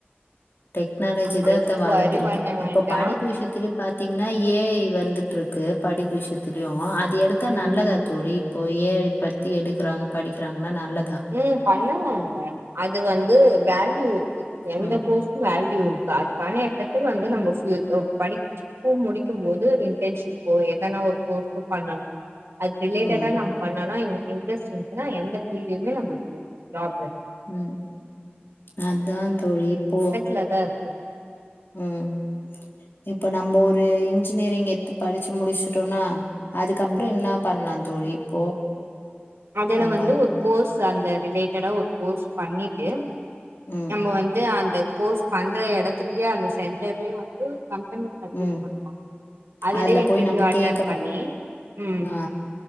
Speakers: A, on the left; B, on the right.
A: டெக்னாலஜி
B: ஆமா
A: தா
B: எதுக்கு
A: தா வாழந்ருக்கு
B: வரி பண்ண வேண்டா
A: இப்ப படிப்பு விஷயத்லயு பாத் திங்ன்னா ஏ ஐ வந்துட்டுருக்கு படிப்பு விஷயத்லயு அது எடுத்தா
B: ம்
A: நல்லதா தோழி இப்போ ஏ ஐ பத்தி எடுக்றாங்க படிக்றாங்கன்னா நல்ல
B: ம் பண்ணலாங்க அது வந்து வேல்யூ இருக்கு எந்த
A: ம்
B: கோர்ஸுக்கு வேல்யூ
A: ம்
B: இருக்கு அதுக்கான எஃபெக்ட் வந்து நம படி கு முடிக்கு போது இன்டர்ன்ஷிப்போ எதனா ஒரு கோர்ஸோ பண்ணணு அது ரிலேட்டடா
A: ம்
B: நம்ம பண்ணோனா எங்க இன்ட்ரஸ்ட் இருந்துச்சுன்னா எந்த ஃபீல்ட்லுமே நம்ளுக்கு ஜாப்
A: ம் அதா தோழி இப்போ
B: லதா இருக்கு
A: ம் இப்ப நம்ம ஒரு இன்ஜினியரிங் எட்த்து படிச்சு முடிச்சுட்டோனா அதுக்கப்ரோ
B: ம்
A: என்ன பண்லா தோழி இப்போ
B: அதுல
A: நம்ம
B: வந்து ஒரு கோர்ஸ் அந்த ரிலேட்டடா ஒரு கோர்ஸ் பண்ணிட்டு
A: ம்
B: நம்ம வந்து அந்த கோர்ஸ் பண்ற எடத்துலயே அந்த சென்டர்லயே வந்து கம்பெனி அது
A: ம்
B: பண்லா அதுலயே
A: அதுல
B: இன்டர்வியூ
A: போய் நம்ம
B: அட்டன்
A: கேக்கணு
B: பண்ணி ம்
A: ஆ